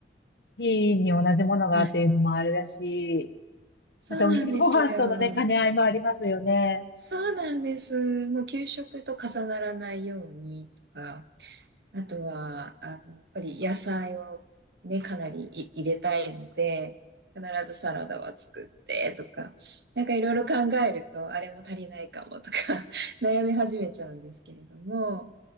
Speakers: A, on the left; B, on the right.
A: 日に同じものがっていうのもあれだし、
B: はい。そうなんですよ。
A: またお昼ご飯とのね、兼ね合いもありますよね。
B: そうなんです。もう給食と重ならないようにとか、あとは、あの、やっぱり野菜をね、かなりい入れたいので、必ずサラダは作ってとか、なんかいろいろ考えると、あれも足りないかもとか <laughs> 悩み始めちゃうんですけれども、